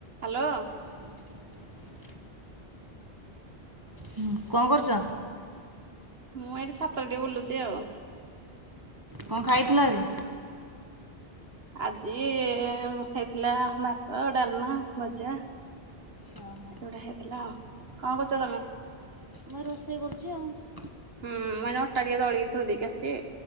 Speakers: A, on the right; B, on the right.
A: Hello.
B: ହଁ ହୁଁ, କଣ କରୁଚ?
A: ମୁଁ ଏଠି ଛାତରେ ଟିକେ ବୁଲୁଚି ଆଉ।
B: କଣ ଖାଇଥିଲ ଆଜି?
A: ଆଜି ହେଇଥିଲା ଭାତ, ଡାଲମା, ଭଜା।
B: ଓହୋ
A: ଏଉଡା ହେଇଥିଲା, କଣ କରୁଚ ତୋମେ?
B: ମୁଁ ରୋଷେଇ କରୁଚି ଆଉ।
A: ହୁଁ, ମାନେ ଅଟା ଟିକେ ଦଳିକି ଥୋଇ ଦେଇକି ଆସିଛି।